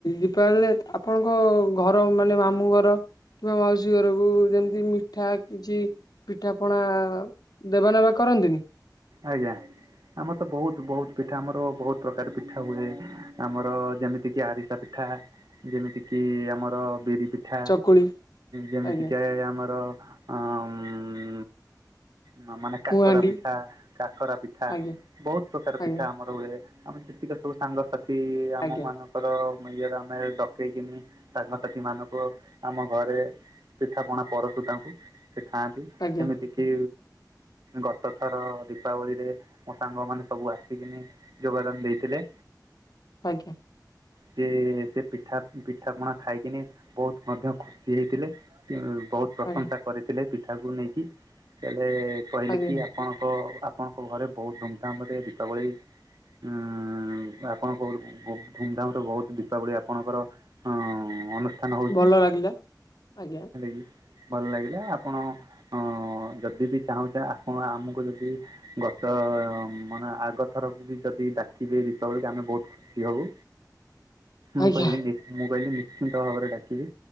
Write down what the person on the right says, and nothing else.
ଆଜ୍ଞା ଆମର ତ ବହୁତ ବହୁତ ପିଠା ଆମର ବହୁ ପ୍ରକାର ପିଠା ହୁଏ ଆମର ଯେମିତି କି ଆରିସା ପିଠା। ଯେମିତି କିି ଆମର ବିରି ପିଠା
ଯେମିତିକା
ଆମର ଅଁ ଉଁ ମ ମାନେ କାକରା
ପିଠା। ଖରା ପିଠା
ବହୁତ ପ୍ରକାର
ପିଠା ଆମର ହୁଏ ଆମେ ଯେତିକ ସବୁ ସାଙ୍ଗସାଥି ଆମ
ମାନ କର ମ ଇଏରେ ଆମେ ଡକେଇକିନି ସାଙ୍ଗସଥିମାନଙ୍କୁ ଆମ ଘରେ ପିଠାପଣା ପରଶୁ ତାଙ୍କୁ ସେ ଖାଆନ୍ତି
ଏମିତିକି ଗତ ଥର ଦୀପାବଳିରେ ମୋ ସାଙ୍ଗମାନେ ସବୁ ଆସିକିନି ଯୋଗଦାନ ଦେଇଥିଲେ।
ସିଏ ସେ ପିଠା ପିଠା ପଣା ଖାଇକିନି ବହୁତ ମଧ୍ୟ ଖୁସି ହେଇଥିଲେ। ତି ବହୁତ ପ୍ରଶଂସା
କରିଥିଲେ ପିଠାକୁ ନେଇକି ଚେଳେ କହିଲେ
କି ଆପଣ କ ଆପଣଙ୍କ ଘରେ ବହୁତ ଧୁମଧାମ୍ ରେ ଦୀପାବଳି ଉଁ ଉଁ ଆପଣଙ୍କ ଓ ଧୁମଧାମ୍ ରେ ବହୁତ ଦୀପାବଳି ଆପଣଙ୍କର ଅଁ ଅନୁ ଠାନ ହଉଚି
ହେଲା କି। ଭଲ ଲାଗିଲା ଆପଣ ଅ ଯଦି ବି ଚାହୁଁଚେ ଆପଣ ଆମୁକୁ ଯଦି ଗତ ମାନେ ଆଗ ଥରକୁ ବି ଯଦି ଡାକିବେ ଦୀପାବଳକୁ ଆମେ ବହୁତ ଖୁସି ହବୁ। ମୁଁ
କହିଲି ମୁଁ କହିଲି ନିଶ୍ଚିନ୍ତ ଭାବରେ ଡାକିବି।